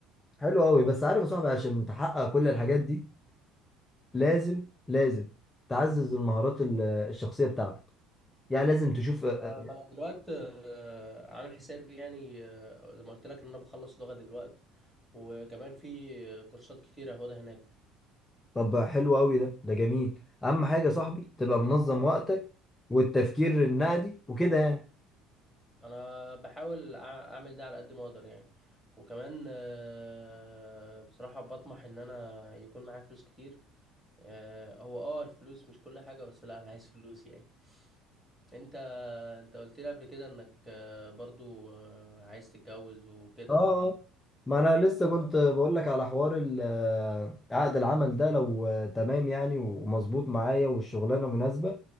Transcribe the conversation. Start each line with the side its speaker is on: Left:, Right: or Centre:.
Left: حلو قوي بس عارف يا صاحبي عشان تحقق كل الحاجات دي لازم لازم تعزز المهارات ال- الشخصيه بتاعتك يعني لازم تشوف آه، آه،
Centre: آه، ما أنا دلوقتي آه، عامل حسابي يعني آه، زي ما قلت لك إن أنا بخلص لغة دلوقتي وكمان في كورسات كتير هاخدها هناك
Left: طب حلو قوي ده ده جميل اهم حاجه يا صاحبي تبقى منظم وقتك والتفكير النقدي وكده يعني
Centre: انا بحاول أع- اعمل ده على قد ما اقدر يعني وكمان آه، بصراحة بطمح ان انا يكون معايا فلوس كتير آه، هو اه الفلوس مش كل حاجة بس لا انا عايز فلوس يعني انت انت قلت لي قبل كده انك آه، برضو آه، عايز تتجوز وكده
Left: اه اه ما انا لسه كنت بقول لك على حوار ال- آه، عقد العمل ده لو آه، تمام يعني ومظبوط معايا والشغلانه مناسبه